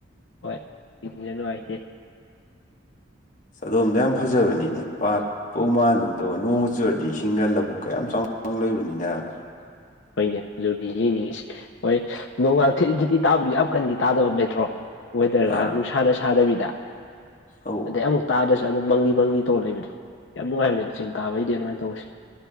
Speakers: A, on the left; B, on the left.
A: ꯍꯣꯏ <unintelligible> ꯅꯨꯡꯉꯥꯏꯇꯦ꯫
B: ꯆꯥꯗꯣꯝꯗꯣ ꯌꯥꯝ ꯐꯖꯕꯅꯤꯅꯦ ꯄꯥꯠ ꯄꯣꯛ <unintelligible> ꯃꯥꯥꯟꯒꯨꯝ ꯇꯧꯋꯦ ꯅꯣꯡꯒ ꯆꯨꯔꯗꯤ ꯏꯁꯤꯡꯒ ꯂꯧꯕꯨꯛꯀ ꯌꯥꯝ ꯆꯥꯎ ꯆꯥꯎꯅ ꯂꯩꯕꯅꯤꯅꯕ꯫
A: ꯍꯣꯏꯅꯦ ꯑꯗꯨꯅꯤ ꯌꯦꯡꯅꯤꯡꯉꯤꯁ‌ꯦ ꯍꯣꯏ ꯅꯣꯡꯒꯥ ꯊꯦꯠꯂꯤ ꯊꯦꯠꯂꯤ ꯇꯥꯕꯗꯤ ꯌꯥꯝ ꯀꯟꯗꯤ ꯇꯥꯗꯕ ꯑꯃ ꯂꯩꯇ꯭ꯔꯣ ꯋ‌ꯦꯏꯗꯔꯒ
B: ꯑꯥ
A: ꯅꯨꯡꯁꯥꯅ ꯁꯥꯗꯕꯤꯗ
B: ꯑꯧ
A: ꯑꯗꯩ ꯑꯃꯨꯛ ꯇꯥꯗ꯭ꯔꯁꯨ ꯑꯗꯨꯝ ꯃꯪꯂꯤ ꯃꯪꯂꯤ ꯇꯧꯔ ꯂꯩꯕꯗꯣ ꯌꯥꯝ ꯅꯨꯡꯉꯥꯏꯕꯅꯦ ꯆꯤꯡ ꯀꯥꯕꯩꯗꯤ ꯑꯗꯨꯃꯥꯏꯅ ꯇꯧꯕꯁꯦ꯫